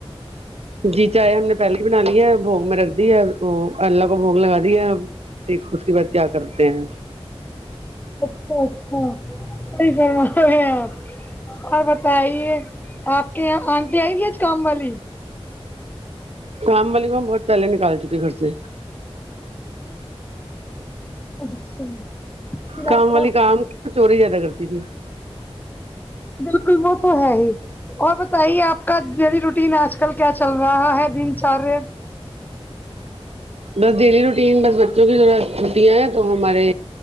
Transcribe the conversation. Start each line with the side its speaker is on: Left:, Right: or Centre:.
Right: جی چائے ہم نے پہلے ہی بنا لی ہے بھوگ میں رکھ دی ہے وہ اللہ کو بھگ لگا دیا ہے اب ٹھیک اس کے بعد کیا کرتے ہیں
Left: اچھا اچھا کئی کر ہے آپ اور بتائیے آپ کے یہاں آنٹی آئے گی آج کام والی
Right: کام والی کو ہم بہت پہلے نکال چکے گھر سے
Left: ا <inaudible> اچھا پھر
Right: کام
Left: آپ
Right: والی
Left: آپ
Right: کام چوری زیادہ کرتی تھی
Left: بالکل وہ تو ہے ہی اور بتائیے آپ کا ڈیلی روٹین آج کل کیا چل رہا ہے دن چاریا
Right: بس ڈیلی روٹین بس بچوں کی ذرا چھوتییا ہیں تو ہمارے